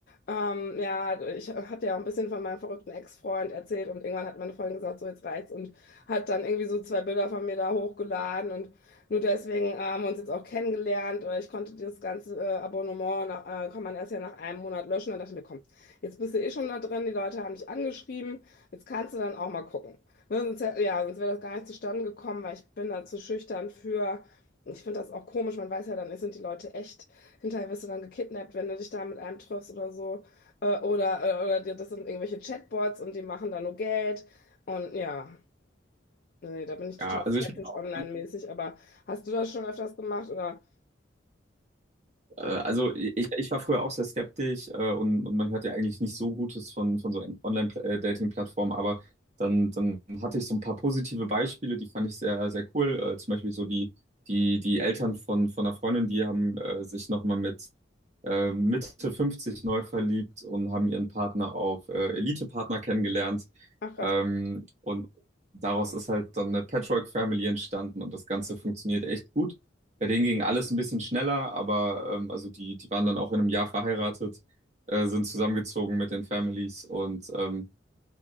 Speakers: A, on the left; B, on the right.
A: ähm, ja, ich hatte ja auch ein bisschen von meinem verrückten Ex-Freund erzählt und irgendwann hat meine Freundin gesagt, so jetzt reicht's und hat dann irgendwie so zwei Bilder von mir da hochgeladen und nur deswegen äh, haben wir uns jetzt auch kennengelernt. Äh, Ich konnte dieses ganze äh, Abonnement, na- äh, kann man erst ja nach einem Monat löschen. Dann dachte ich mir, komm, jetzt bist du eh schon da drin, die Leute haben dich angeschrieben, jetzt kannst du dann auch mal gucken. Ne, sonst, hä- ja, sonst wäre das gar nicht zustande gekommen, weil ich bin da zu schüchtern für. Ich finde das auch komisch, man weiß ja dann, sind die Leute echt, hinterher wirst du dann gekidnappt, wenn du dich da mit einem triffst oder so. Äh, oder, äh, oder dir- das sind irgendwelche Chatbots und die machen da nur Geld. Und ja, nee, da bin ich total
B: Ja, also
A: skeptisch
B: ich bin auch.
A: online-mäßig, aber hast du das schon öfters gemacht oder?
B: Äh, Also ich, ich war früher auch sehr skeptisch äh, und, und man hört ja eigentlich nicht so Gutes von, von so Online-Dating-Plattformen, aber dann, dann hatte ich so ein paar positive Beispiele, die fand ich sehr, sehr cool. Äh, zum Beispiel so die, die, die Eltern von, von einer Freundin, die haben äh, sich nochmal mit äh, Mitte 50 neu verliebt und haben ihren Partner auf äh, Elite-Partner kennengelernt.
A: Ach krass.
B: Ähm, und daraus ist halt dann eine Patchwork-Family entstanden und das Ganze funktioniert echt gut. Bei denen ging alles ein bisschen schneller, aber ähm, also die, die waren dann auch in einem Jahr verheiratet, äh, sind zusammengezogen mit den Families und ähm,